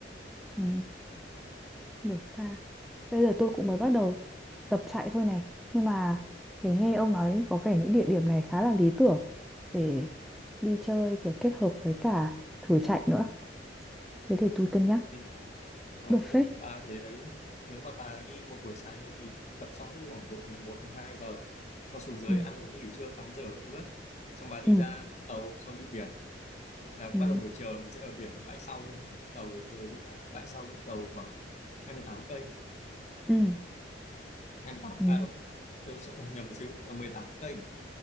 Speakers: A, in the centre; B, on the left.
A: Ừ. được ha. bây giờ tôi cũng mới bắt đầu tập chạy thôi này nhưng mà thấy nghe ông nói có vẻ những địa điểm này khá là lý tưởng để đi chơi kiểu kết hợp với cả thử chạy nữa thế thì tôi cân nhắc
B: Thì,
A: cũng
B: đó,
A: được
B: đúng
A: phết
B: không? Bà thế đấy. Nếu mà bà đi một buổi sáng thế thì tập xong cứ khoảng độ mười một, mười hai giờ con xuống dưới
A: ừ.
B: ăn uống nghỉ trưa tắm rửa các thứ á. xong bà đi
A: Ừ.
B: ra Vũng Tàu xong đi biển là bắt
A: Ừ.
B: đầu buổi chiều là mình sẽ ở biển bãi sau luôn của Vũng Tàu với tới ra bãi sau Vũng Tàu khoảng 28 cây
A: Ừ.
B: hai mươi tám
A: Ừ.
B: à đâu tôi sợ- <laughs> nhầm một xíu là 18 cây